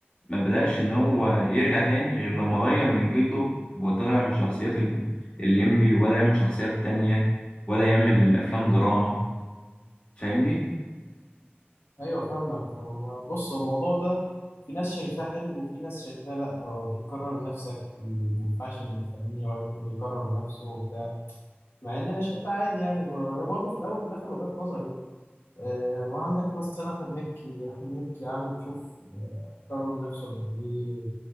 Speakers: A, on the left; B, on the left.
A: ما بدأش إن هو يرجع تاني غير لما غير من جلده وطلع من شخصيات ال- الليمبي وبدأ يعمل شخصيات تانية وبدأ يعمل أفلام دراما فاهمني؟
B: ايوه فاهمك هو- بص هو الموضوع ده في ناس شايفاه حلو وفي ناس شايفاه لا آه، بتكرر نفسك ما ينفعش إن الفنان يغير- يكرر نفسه وبتاع مع ان انا شايفها عادي يعني ب- برضه في الاول وفي الاخر وجهات نظر يعني. آه، ما عندك مثلا أحمد مكي أحمد مكي عامل شوف آه، كرر نفسه قد إيه